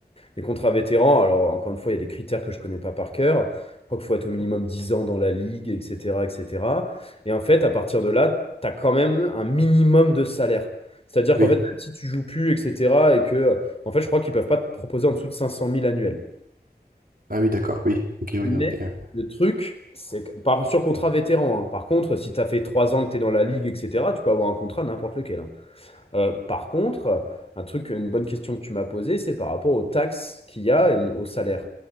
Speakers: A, on the left; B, on the right.
A: Les contrats vétérans, alors encore une fois, il y a des critères que je connais pas par cœur. Je crois qu'il faut être au minimum 10 ans dans la ligue, etc., etc. Et cetera. Et en fait, à partir de là, tu as quand même un minimum de salaire. C'est-à-dire qu'en
B: Oui.
A: fait, même si tu joues plus, etc., et que, en fait, je crois qu'ils peuvent pas te proposer en dessous de 500 000 annuels.
B: Ah oui, d'accord, oui. Ok, oui,
A: Mais
B: donc t'es- euh,
A: le truc, c'est que, par, sur contrat vétéran, hein. Par contre, si tu as fait 3 ans que tu es dans la ligue, etc., tu peux avoir un contrat n'importe lequel. hein. Euh, par contre, un truc, une bonne question que tu m'as posée, c'est par rapport aux taxes qu'il y a et au salaire.